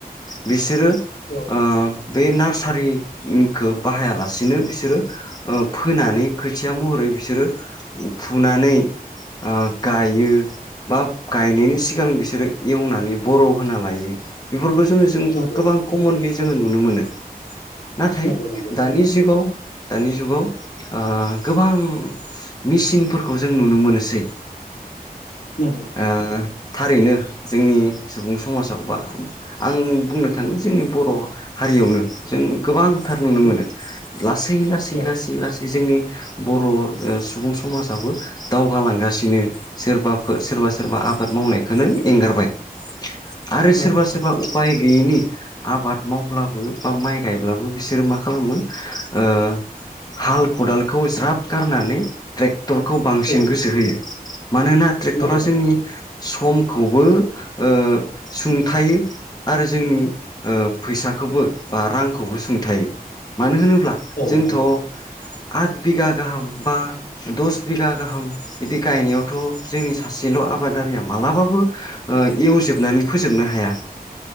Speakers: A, on the left (about 25°); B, on the left (about 55°).
A: बिसोरो
B: औ
A: ओ बे नार्सारिनिखौ बाहायालासिनो बिसोरो ओ फोनानै खोथिया महरै बिसोरो फुनानै ओ गायो। बा गायनायनि सिगां बिसोरो एवनानै बर' होना लायो बेफोरखौ जोङो जों
B: नंगौ
A: गोबां कमनलि जोङो नुनो मोनो नाथाय
B: नंगौ नंगौ
A: दानि
B: थारैनो
A: जुगाव दानि जुगाव ओ गोबां मेसिनफोरखौ जों नुनो मोनोसै
B: नंगौ
A: ओ थारैनो जोंनि सुबुं समाजाव बा आं बुंनो थाङो जोंनि बर' हा रियावनो जों गोबांथार नुनो
B: औ
A: मोनो लासै लासै
B: औ
A: लासै लासै जोंनि बर' ओ सुबुं समाजाबो दावगालांगासिनो सोरबा फो सोरबा सोरबा आबाद मावनायखौनो एंगारबाय आरो
B: नंगौ
A: सोरबा सोरबा
B: नंगौ
A: उफाय गैयिनि आबाद मावब्लाबो बा माइ गायब्लाबो बिसोरो मा खालामो ओ हाल खदालखौ ज्राब गारनानै ट्रेक्टरखौ बांसिन
B: औ
A: गोसो होयो मानोना ट्रेक्टरा
B: नंगौ
A: जोंनि
B: नंगौ
A: समखौबो ओ सुंथायो आरो जोंनि फैसाखौबो बा रांखौबो सुंथायो मानो होनोब्ला
B: औ
A: जोंथ'
B: नंगौ
A: आठ बिगा गाहाम बा दस बिगा गाहाम बिदि गायनायावथ' जोंनि सासेल' आबादारिया मालाबाबो ओ एवजोबनानै फोजोबनो हाया।